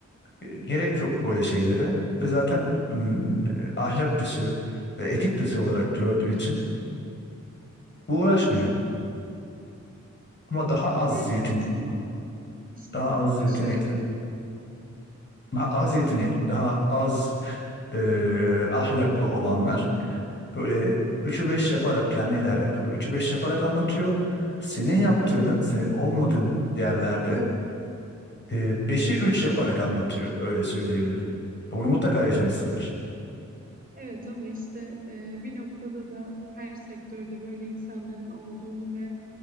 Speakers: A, on the left; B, on the right.
A: E, Gerek yok böyle şeylere ve zaten m, e, ahlak dışı ve etik dışı olarak gördüğü için uğraşmıyor. Ama daha az
B: yani
A: yetenekli,
B: evet ama işte
A: daha az
B: başarılı.
A: yetenekli, daha az yetenekli, daha az e, ahlaklı olanlar böyle üçü 5 yaparak kendiyle alakalı üçü 5 yaparak anlatıyor. Senin yaptığını, senin olmadığın yerlerde e, 5'i 3 yaparak anlatıyor. Öyle söyleyebilirim. Bunu mutlaka
B: <laughs>
A: yaşamışsındır.
B: Evet ama işte e, bir noktada da her sektörde böyle insanların olduğunu ve